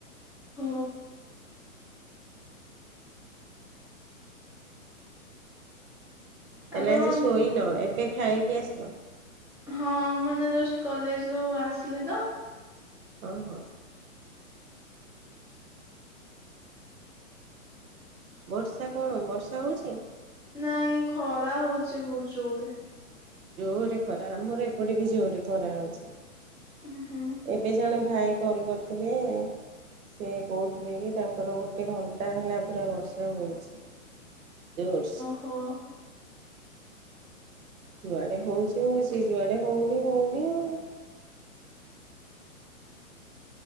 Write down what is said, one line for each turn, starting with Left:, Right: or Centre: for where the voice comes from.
Centre: ହଁ।
Right: ତାହେଲେ
Centre: ଆପଣ
Right: ଆଜି ସୋଇ ନ ଏବେ ଖାଇ କି ଆସିଲ?
Centre: ହଁ ମୁଁ ନା ଜଷ୍ଟ କଲେଜ ରୁ ଆସିଲି ତ
Right: ଓଁ ହଁ। ବର୍ଷା କଣ ବର୍ଷା ହଉଛି?
Centre: ନାଇଁ ଖରା ହଉଛି ବହୁତ ଜୋରେ।
Right: ଜୋରେ ଖରା ଆମର ଏପଟେ ବି ଜୋରେ ଖରା ହଉଛି।
Centre: ଉଁ ହୁଁ
Right: ଏବେ ଜଣେ ଭାଇ କଲ କରିଥିଲେ। ସେ କହୁଥିଲେ କି ତାଙ୍କର ଗୋଟେ ଘଣ୍ଟା ହେଲା ପୁରା ବର୍ଷା ହୋଇଛି। ଦି ଓଡସ୍।
Centre: ହଁ।
Right: ଯୁଆଡେ ହଉଛି ହଉଛି ଯୁଆଡେ ହଉନି ହଉନି ଆଉ।